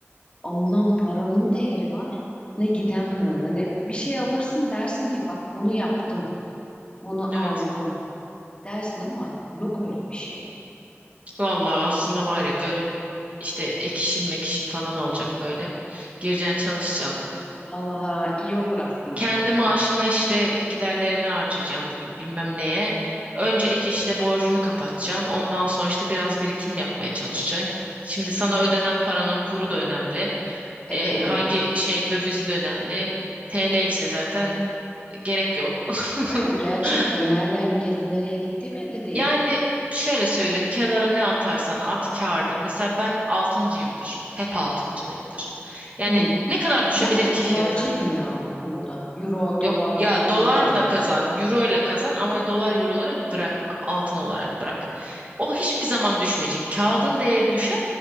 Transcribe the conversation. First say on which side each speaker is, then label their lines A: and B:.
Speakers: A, on the left; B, on the right.
A: alınan paranın değeri var ne giden paranın. Hani bir şey alırsın dersin ki bak bunu yaptım, bunu
B: evet.
A: aldım dersin ama yok öyle bir şey.
B: Vallahi aslında var ya böyle işte ek işim mek işim falan olacak böyle. Gireceksin çalışacaksın.
A: Vallahi iyi olur aslında
B: Kendi
A: öyle
B: maaşını
A: de.
B: işte giderlerine harcayacaksın bu- bilmem neye. Önce ek işle borcunu kapatacaksın. Ondan sonra işte biraz birikim yapmaya çalışacaksın. Şimdi sana ödenen paranın kuru da önemli.
A: E
B: E,
A: tabii.
B: hangi şey dövizi de önemli. TL ise zaten Gerek yok.
A: Ay,
B: <laughs>
A: Gerçekten nereden gelip nereye gittiği belli değil.
B: Yani şöyle söyleyeyim, kenara ne atarsan at kârdır. Mesela ben altıncıyımdır. Hep altıncıdayımdır. Yani
A: Hı.
B: ne kadar düşebilir
A: Ben de
B: ki
A: dolarcıyım
B: fiyatı?
A: ya o konuda. Euro, dolar
B: Yok ya
A: biriktiririm.
B: dolarla kazan, euro ile kazan ama dolar euro olarak bırakma, altın olarak bırak. O hiçbir zaman düşmeyecek. Kağıdın değeri düşer